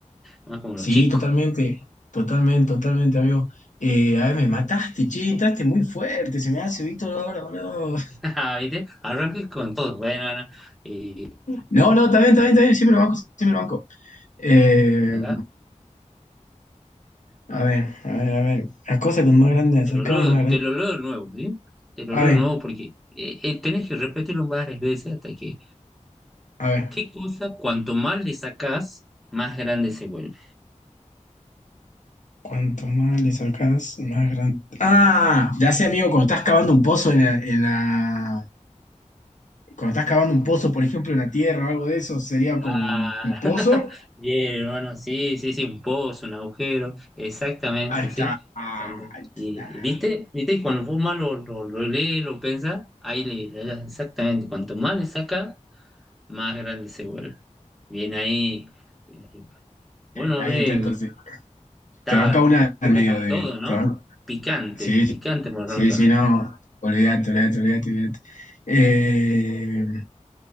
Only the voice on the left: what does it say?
sí,
totalmente, totalmente, totalmente, amigo. Eh, a ver, me mataste, che, entraste muy fuerte, se me hace Víctor ahora, boludo.
No, no, está bien, está bien, está bien, siempre lo banco, siempre lo banco. Eh,
A ver, a ver, a ver. La cosa con más grande la
sacas,
más grande.
A
ver,
a ver.
Cuanto más le sacas, más grande. Ah, ya sé, amigo, cuando estás cavando un pozo en la, en la- Cuando estás cavando un pozo, por ejemplo, en la tierra o algo de eso, sería como
un un pozo.
Ahí
está. Ahí
está.
Ahí
está entonces.
Te banca una
en medio
de.
Te ban-
Sí, sí,
sí, sí, no. Olvídate, olvídate, olvídate, olvídate. Eh,